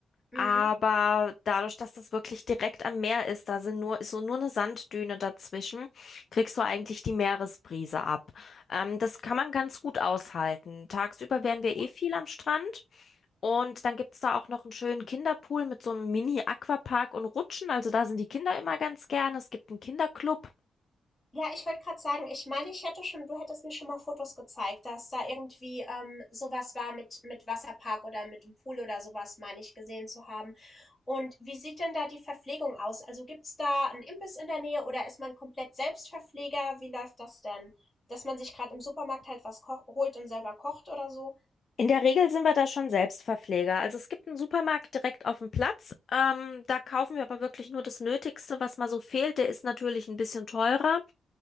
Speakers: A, on the left; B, on the left.
A: Mhm.
B: Aber dadurch, dass das wirklich direkt am Meer ist, da sind nur, ist so nur eine Sanddüne dazwischen, kriegst du eigentlich die Meeresbrise ab. Ähm, das kann man ganz gut aushalten. Tagsüber wären
A: Ja.
B: wir eh viel am Strand. Und dann gibt es da auch noch einen schönen Kinderpool mit so einem Mini-Aquapark und Rutschen. Also da sind die Kinder immer ganz gerne. Es gibt einen Kinderclub.
A: Ja, ich wollte gerade sagen, ich meine, ich hätte schon du hättest mir schon mal Fotos gezeigt, dass da irgendwie, ähm, so war mit mit Wasserpark oder mit dem Pool oder sowas, meine ich gesehen zu haben. Und wie sieht denn da die Verpflegung aus? Also, gibt's da 'n Imbiss in der Nähe oder ist man komplett Selbstverpfleger? Wie läuft das denn? Dass man sich gerade im Supermarkt halt was koch holt und selber kocht oder so?
B: In der Regel sind wir da schon Selbstverpfleger. Also es gibt einen Supermarkt direkt auf dem Platz. Ähm, da kaufen wir aber wirklich nur das Nötigste, was mal so fehlt. Der ist natürlich ein bisschen teurer,